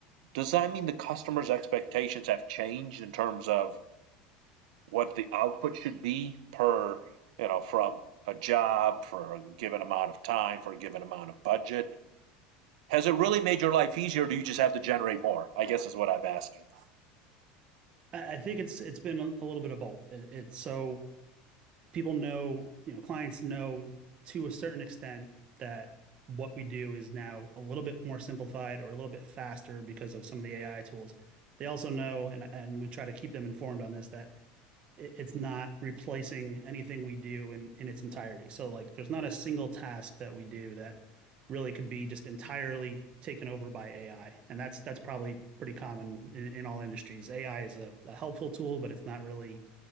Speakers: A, on the right; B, on the right.
A: does that mean the customer's expectations have changed in terms of what the output should be per, you know, from a job for a given amount of time, for a given amount of budget? Has it really made your life easier, or do you just have to generate more? I guess is what I'm asking.
B: I, I think it's it's been a a little bit of both. It, it's so people know, you know, clients know to a certain extent that what we do is now a little bit more simplified or a little bit faster because of some of the AI tools. They also know, and and we try to keep them informed on this, that it's not replacing anything we do in in its entirety. So like there's not a single task that we do that really could be just entirely taken over by AI. And that's that's probably pretty common in, in all industries. AI is a, a helpful tool, but it's not really